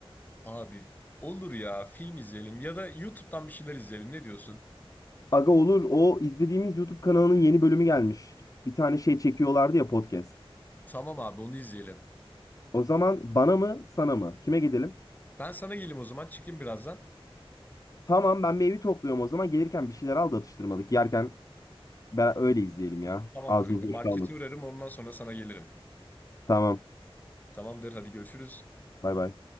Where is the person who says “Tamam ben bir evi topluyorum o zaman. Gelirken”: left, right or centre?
Left